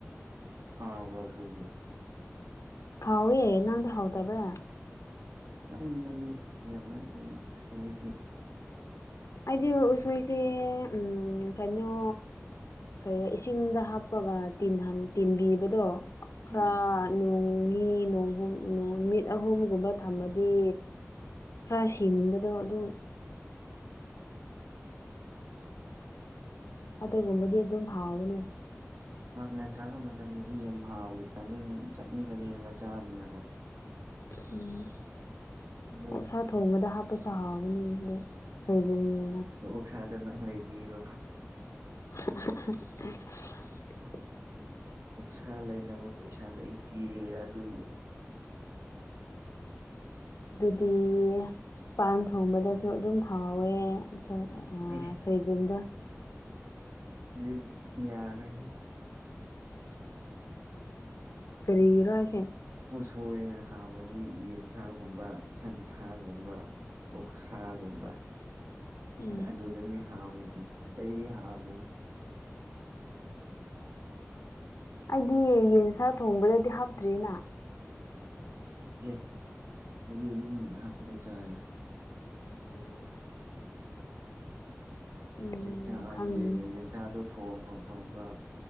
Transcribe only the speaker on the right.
ꯍꯥꯎꯕꯔꯣ ꯎꯁꯣꯏꯖꯦ
ꯆꯥꯃꯟꯕꯒꯤ ꯌꯥꯝꯃꯟꯕꯒꯤ ꯑꯁꯣꯝꯒꯤꯗꯤ
ꯎꯝ
ꯉꯥ ꯈꯅ ꯆꯥꯕ ꯃꯇꯝꯗꯗꯤ ꯌꯥꯝ ꯍꯥꯎꯋꯦ ꯆꯥꯅꯤꯡ ꯆꯥꯅꯤꯡ ꯆꯥꯅꯤꯡꯉꯒ ꯆꯥꯕꯅꯤꯅꯀꯣ
ꯑꯗꯣ
ꯑꯗꯣ ꯑꯣꯛꯁꯥꯗꯣ ꯅꯪ ꯂꯩꯕꯤꯔꯣ
ꯑꯣꯛꯁꯥ ꯂꯩꯅꯕ ꯄꯩꯁꯥ ꯂꯩꯇꯦ ꯑꯗꯨꯒꯤ
ꯑꯦꯁ
ꯑꯗꯨꯗꯤ ꯌꯥꯔꯣꯏꯍꯦ
ꯎꯁꯣꯏꯅ ꯍꯥꯎꯕꯗꯤ ꯌꯦꯟꯁꯥꯒꯨꯝꯕ ꯁꯟꯁꯥꯒꯨꯝꯕ꯫ ꯑꯣꯛꯁꯥꯒꯨꯝꯕ꯫
ꯑ ꯑꯗꯨꯗꯅꯦ ꯍꯥꯎꯔꯤꯁꯤꯦ ꯑꯇꯩꯗꯤ ꯍꯥꯎꯗꯦꯅ꯫
ꯑꯦ ꯑꯗꯨꯗꯤ ꯑꯗꯨꯝ ꯍꯥꯞꯄꯒ ꯆꯥꯏ꯫
ꯌꯦꯟꯁꯥ
ꯌꯦꯟ ꯌꯦꯟꯁꯥꯡꯗꯣ ꯊꯣꯡ ꯊꯣꯡ ꯊꯣꯡꯒ